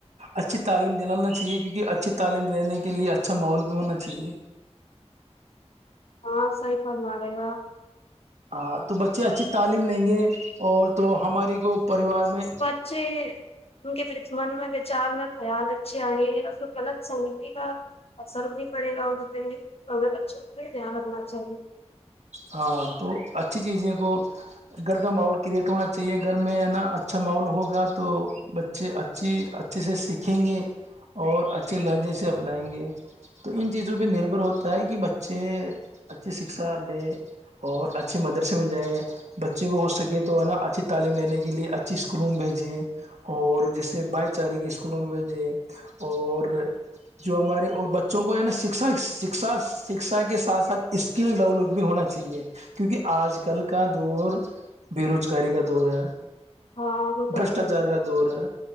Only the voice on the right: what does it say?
اچھی تعلیم دلانا چاہیے کیونکہ اچھی تعلیم دینے کے لیے اچھا ماحول بھی ہونا چاہیے
ہاں تو بچے اچھی تعلیم لیں گے اور تو ہماری کو پریوار میں
ہاں تو اچھی چیزیں کو گھر کا ماحول کریٹ ہونا چاہیے گھر میں ہے نا اچھا ماحول ہوگا تو بچے اچھی اچھے سے سیکھیں گے اور اچھے لہجے سے اپنائیں گے تو ان چیزوں پہ نربھر ہوتا ہے کہ بچے اچھی شکشا لے اور اچھے مدرسے مل جائیں بچے کو ہو سکے تو ہے نا اچھی تعلیم دینے کے لیے اچھی اسکولوں میں بھیجے اور جیسے بھائی چارے کی اسکولوں میں بھیجے اور جو ہمارے اور بچوں کو عا شکا شکھا شکھا کے ساتھ سھ اسکل ڈیولپ بھی ہونا چاہیے چاہیے کیونکہ آج کل کا دور بے روزگاری کا دور ہے
برشٹاچار
کا دور ہے